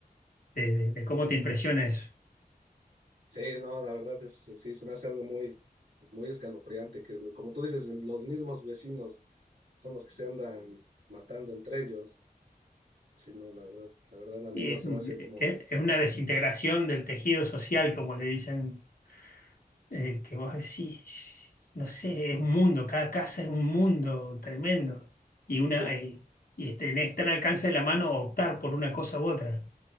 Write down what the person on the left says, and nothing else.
de- de- de cómo te impresiona eso.
Y
es,
un-
es es una desintegración del tejido social, como le dicen eh, que vos decís, no sé, es un mundo, cada casa es un mundo tremendo. Y una
eh, y tenés tan al alcance de la mano optar por una cosa u otra.